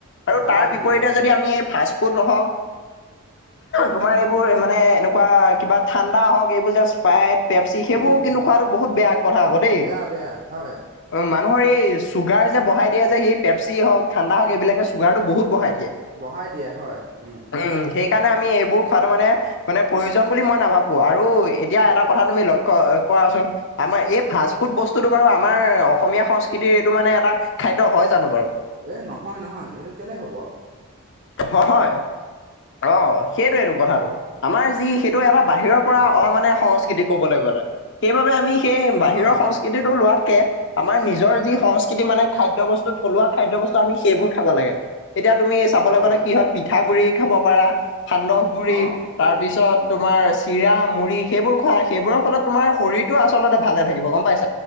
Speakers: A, on the left; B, on the right.
A: আৰু
B: ভালে
A: তাৰ
B: থাকিব
A: বিপৰীতে
B: হয়
A: যদি আমি এই ফাষ্টফুড নহওঁক, তোমাৰ এইবোৰ মানে এনেকুৱা কিবা থান ঠাণ্ডা হক এইবোৰ স্পাইট, পেপচি সেইবোৰ
B: উম
A: কিন্তু
B: উম
A: খোৱাটো বহুত বেয়া কথা আকৌ দেই।
B: বেয়া বেয়া হয়
A: অ মানুহৰ এই চুগাৰ যে বড়াই দিয়ে যে সি পেপচি হওঁক ঠাণ্ডা হওঁক এই বিলাকে চুগাৰ বহুত বড়াই দিয়ে।
B: বড়াই দিয়ে হয়, উম।
A: উম সেই কাৰণে আমি এইবোৰ খোৱাটো মানে, মানে প্ৰয়োজন বুলি মই নাভাবোঁ। আৰু এতিয়া এটা কথা তুমি লক্ষ্য কোৱাচোন। আমাৰ এই ফাষ্ট ফুড বস্তুটো বাৰু আমাৰ অসমীয়া সংস্কৃতিৰ এইটো মানে এটা খাদ্য হয় জানোঁ বাৰু?
B: এ নহয় নহয় সেইটো কেলে হব আকৌ।
A: হয় হয়, অঁহ', সেইটোয়েটো কথাটো, আমাৰ যি সেইটো এটা বাহিৰৰ পৰা
B: উম
A: অ মানে সংস্কৃতি কবলৈ গ'লে, সেইবাবে আমি সেই বাহিৰৰ
B: হয় হয়
A: সংস্কৃতিটো
B: উম
A: লোৱাতকে আমাৰ নিজৰ যি সংস্কৃতি মানে খাদ্য বস্তু থলুৱা খাদ্য বস্তু আমি সেইবোৰ খাব লাগে, এতিয়া তুমি চাবলৈ
B: খাব
A: গ'লে
B: লাগে
A: কি হয় পিঠা গুৰি খাব পাৰা, সান্দহ গুৰি।
B: অ
A: তাৰপিছত তোমাৰ চিৰা মুড়ি সেইবোৰ খোৱা সেইবোৰৰ ফলত তোমাৰ শৰীৰটো আচলতে ভালে থাকিব গম পাইছা।